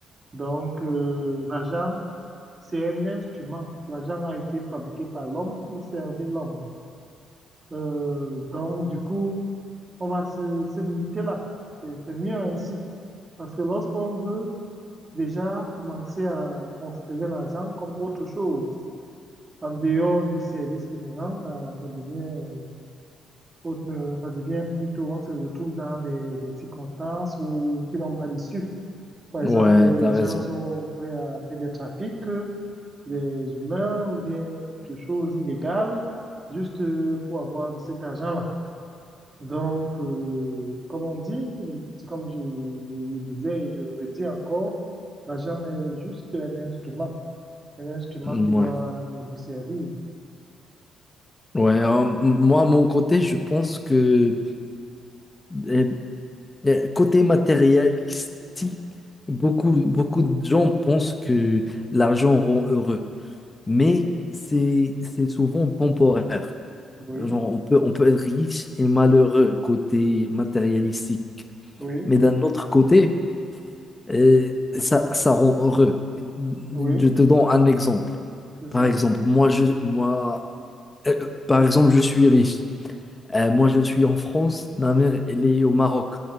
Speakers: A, on the right; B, on the left.
A: Donc, euh, l'argent C'est un instrument. L'argent a été fabriqué par l'homme pour servir l'homme. Euh, donc, du coup, on va se, se limiter là. C'est c'est mieux ainsi. Parce que lorsqu'on veut déjà commencer à considérer l'argent comme autre chose, en dehors du service qui nous rend, ça, ça devient, euh, autre- euh, ça devient plutôt, on se retrouve dans des, des circonstances où, qui n'ont pas d'issue. Par exemple,
B: Ouais,
A: des
B: t'as
A: gens
B: raison.
A: sont prêts à faire des trafics des humains ou bien autre chose illégale, juste euh, pour avoir cet argent-là. Donc, euh, comme on dit, c'est comme je le disais et je le redis encore, l'argent est juste un instrument, un instrument
B: Ouais,
A: qui doit nous servir.
B: ouais. euh, m- moi, à mon côté, je pense que euh, le côté matérialistique, beaucoup, beaucoup de gens pensent que l'argent rend heureux, mais c'est, c'est souvent temporaire.
A: Oui,
B: Genre, on peut, on peut être riche et malheureux côté matérialistique,
A: oui,
B: mais d'un autre côté, euh, ça, ça rend heureux. Je
A: oui,
B: te donne un exemple.
A: c'est
B: Par
A: ça.
B: exemple, moi, je, moi, euh, par exemple, je suis riche. Euh, moi, je suis en France, ma mère, elle est au Maroc.